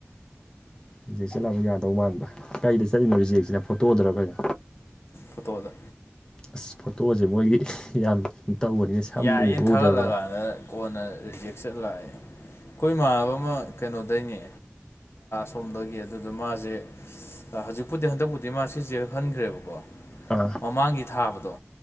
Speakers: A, on the left; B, on the left.
A: ꯔꯦꯖꯦꯠ ꯆꯠꯂꯒꯥ ꯑꯃꯨꯛ ꯌꯥꯗꯣꯏ ꯃꯟꯕꯔꯥ ꯀꯩꯗ ꯆꯠꯂꯤꯅꯣ ꯔꯤꯖꯦꯛꯁꯤꯅ ꯐꯣꯠꯇꯣꯗ꯭ꯔꯥ ꯀꯩꯅꯣ
B: ꯐꯣꯠꯇꯣꯗ
A: ꯑꯁ ꯐꯣꯇꯣꯁꯦ ꯃꯣꯏꯒꯤ ꯌꯥꯝ ꯇꯧꯕꯅꯤꯅ ꯁꯝ
B: ꯌꯥꯏꯌꯦꯅ
A: ꯎꯕ ꯎꯗꯕ
B: ꯊꯥꯒꯠꯂꯀꯥꯟꯗ ꯀꯣꯟꯅ ꯔꯤꯖꯦꯛ ꯆꯠꯂꯛꯑꯦ ꯈꯣꯏ ꯏꯃꯥꯟꯅꯕ ꯑꯃ ꯀꯩꯅꯣꯗꯩꯅꯦ ꯁꯣꯝꯗꯒꯤ ꯑꯗꯨꯗ ꯃꯥꯁꯦ ꯍꯧꯖꯤꯛꯄꯨꯗꯤ ꯍꯟꯗꯛꯄꯨꯗꯤ ꯃꯥ ꯁꯤꯁꯦ ꯍꯟꯈ꯭ꯔꯦꯕꯀꯣ
A: ꯑꯥ
B: ꯃꯃꯥꯡꯒꯤ ꯊꯥꯕꯗꯣ